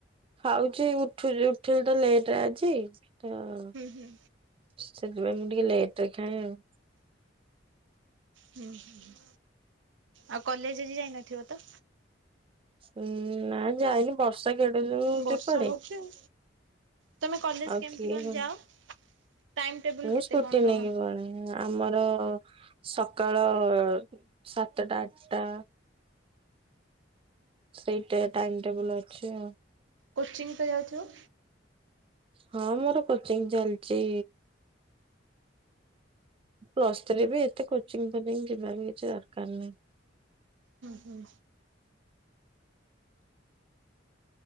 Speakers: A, on the right; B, on the right.
A: ଖାଉଛି ଉଠୁଚି ଉଠିଵାଟା ଲେଟ୍ ଆଜି ଖାଇବା।
B: ଉଁ ହୁଁ।
A: ସେଥିପାଇଁ ମୁଁ ଟିକେ ଲେଟ ରେ ଖାଏ ଆଉ।
B: ହୁଁ ହୁଁ। ଆଉ କଲେଜ ଜି ଯାଇ ନଥିବ ତ।
A: ସେ ନା ଯାଇନି ବର୍ଷା କେଡୁ ଯ
B: ବର୍ଷା
A: ସେପଡେ
B: ହଉଛି ଆଉ। ତମେ କଲେଜ
A: ଆଉ
B: କେମିତି
A: କିଏ
B: କଣ
A: କ
B: ଯାଅ? ଟାଇମ ଟେବୁଲ
A: ମୁଁ
B: କେତେ
A: ସ୍କୁଟି
B: କଣ ତମର?
A: ନେଇକି ପଳାଏ। ଆମର ସକାଳ ସାତଟା ଆଠଟା ସେଇ ଟେ ଟାଇମ ଟେବୁଲ ଅଛି ଆଉ।
B: କୋଚିଂ ତ ଯାଉଥିବ।
A: ହଁ ମୋର କୋଚିଂ ଚାଲିଚି ପ୍ଲସ୍ ଥ୍ରୀ ବି ଏତେ କୋଚିଂ ଫୋଚିଂ ଯିବା ର କିଛି ଦରକାର ନାହିଁ।
B: ହୁଁ ହୁଁ।